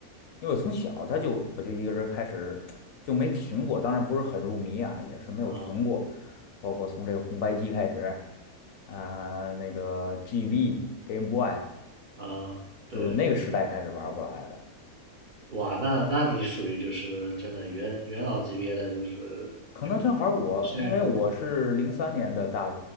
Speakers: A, on the left; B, on the right.
A: 因为我从小他就我就一个人开始就没停过，当然不是很入迷啊，也是没有停过，
B: 啊
A: 包括从这个红白机开始。啊、那个 GB Game Boy，
B: 啊，
A: 就那个时代开始玩过来的。
B: 对，哇，那那你属于就是真的元元老级别的，就是
A: 可能正好儿我，
B: 深爱和玩，
A: 因为我是零三年的大，